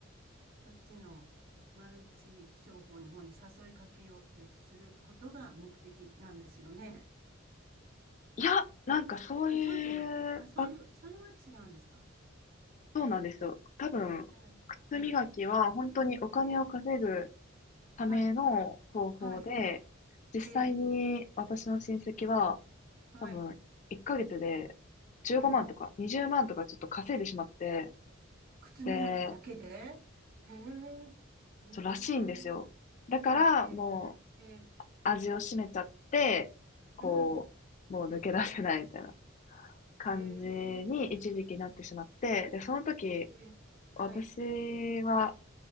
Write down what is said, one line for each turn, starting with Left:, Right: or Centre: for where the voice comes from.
Right: そっちのマルチ商法の方に誘いかけようってすることが目的なんですよね。
Left: いや、なんかそういう、
Right: あ、そうじゃない。あ、そういう、
Left: あ、
Right: それは違うんですか。
Left: そうなんですよ。
Right: あ、
Left: 多分、
Right: ええ、
Left: 靴磨きは本当にお金を稼ぐ
Right: ええ、ええ、
Left: ための方法で、
Right: はい、はい、
Left: 実際に私の親戚は
Right: ええ、はい、
Left: 多分1ヶ月で15万とか20万とかちょっと稼いでしまって、
Right: ええ、靴磨きだけでへ
Left: で、
Right: え、うーん、
Left: そうらしいんですよ。だからもう
Right: ええ、ええ、ええ、
Left: 味を占めちゃって、こう、
Right: うん。
Left: もう抜け出せないみたいな感じに一時期なってしまって、
Right: へえ、
Left: で、その時、
Right: ええ、はい。
Left: 私は